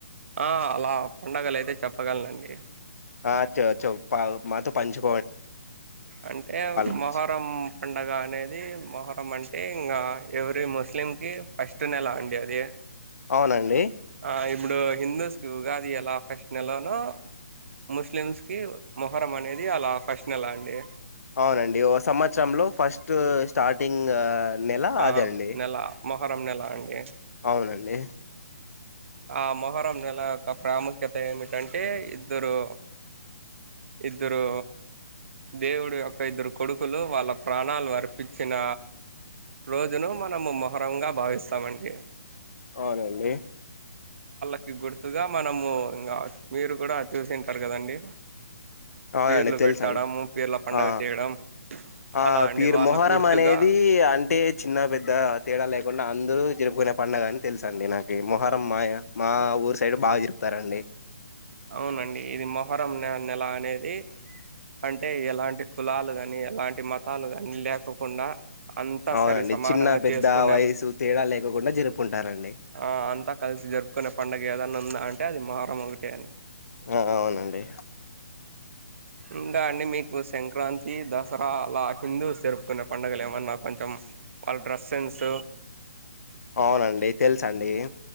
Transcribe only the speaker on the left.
ఆ చో చో పా మాతో పంచు
గురించి
అవునండి
అవునండి ఓ సంవత్సరంలో ఫస్ట్ స్టార్టింగ్ నెల
అదే అండి
అవునండి
అవునండి
అవునండి
తెలుసన్
ఆ
ఆ
పీరు
మొహరం
అనేది అంటే చిన్న పెద్ద తేడా లేకుండా అందరూ జరుపుకునే పండగాని తెలుస అండి నాక్ అ మొహరం మాయ మా ఊరు సైడ్ బాగా జ చెప్తారండి
అవునండి
చిన్న పెద్ద
వయసు తేడా లేకోకుండా జరుపుకుంటారండి.
ఆ అవునండి
అవునండి తెలుసండి